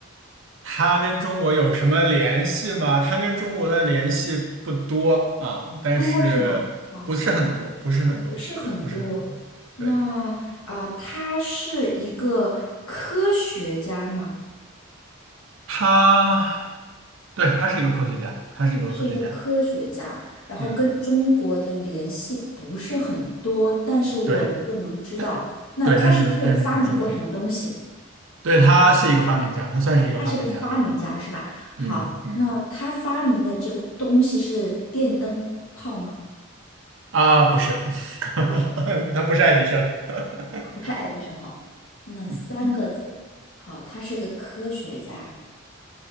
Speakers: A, on the right; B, on the left.
A: 它跟中国有什么联系吗？它跟中国的联系不多啊，
B: 不多是吗？
A: 但是不是很多，
B: 好，
A: 不是很多，
B: 不是很多。
A: 对，不是很多。对，
B: 那啊、呃他是一个科学家吗？
A: 他，对，他是一个科学家，他是一个科学家。
B: 他是一个科学家，然后跟中国的联系不是很多，
A: 嗯，
B: 但是我们知道，
A: 对，但
B: 那他是不是有发明过什么东西？
A: 对，但是但是很值得。对，他是一个发明家，他算是一个发明家。
B: 他是个发明家，是吧？好，
A: 嗯嗯。
B: 那他发明的这个东西是电灯泡吗？
A: 啊，不是，<laughs>
B: 不是，
A: 他不是爱迪生，<laughs>
B: 他不是爱迪生。好，那三个字，
A: 嗯，
B: 好，他是个科学家，